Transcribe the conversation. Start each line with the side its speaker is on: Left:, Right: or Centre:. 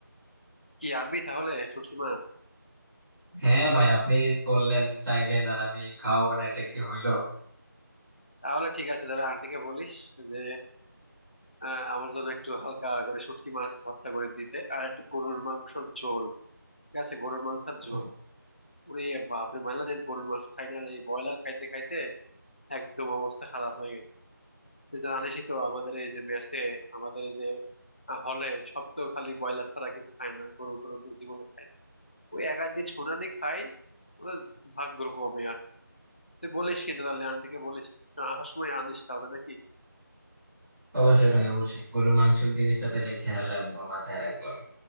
Left: কি আনবি তাহলে শুটকি মাছ
Right: হ্যাঁ ভাই আপনি বললেন চাইলেন আর আমি খাওয়াবো না এটা কি হইলো
Left: তাহলে ঠিক আছে দাদা আন্টিকে বলিস যে আহ, আমার জন্য একটু হালকা করে শুটকি মাছ ভর্তা করে দিতে আর একটু গরুর মাংসের ঝোল ঠিক আছে গরুর মাংসের
Right: ও,
Left: ঝোল ওরে বাপরে মেলা দিন গরুর মাংস খাই না রে। এই ব্রয়লার খাইতে খাইতে একদম অবস্থা খারাপ হয়ে গেছে জানিসই তো আমাদের এই যে মেসে আমাদের এই যে হলে সব তো খালি ব্রয়লার ছাড়া কিছু খায় না গরু টরু তো জীবনে খায় না। ওই এক আধ দিন সোনালি খাই ওদের ভাগ্য কমে আর কি। তুই বলিস কিন্তু তাহলে আন্টিকে বলিস না, আসার সময় আনিস তাহলে নাকি
Right: অবশ্যই ভাই অবশ্যই গরুর মাংসের জিনিসটা তাহলে খেয়াল রাখবো মাথায় রাখবো আমি